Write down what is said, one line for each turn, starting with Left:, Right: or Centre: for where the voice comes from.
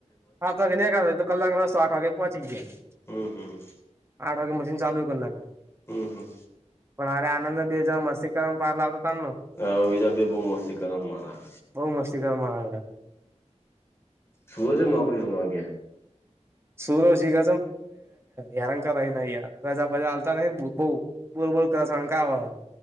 Right: સાત વાગે નહીં કરતા તો કલાક રસ્તો આઠ વાગે પહોંચી ગયા
Left: હમ હમ
Right: આઠ વાગે મશન ચાલુ કર લાગી
Left: હમ હમ
Right: પણ અરે આનંદ બ બેજ મસ્ક્રમ પારલા આવતા તને
Left: હ વિજા બે બહુ મોસ્તી કર મારા
Right: બહ મસ્તી કર મહ
Left: સુૂરજ નોકરી શુંગ્યા
Right: સુૂરોી ગ હેરાં કર નયાર રજા બજા ચાલતા ન બ બોલબોલ કરસણ ક આવા હ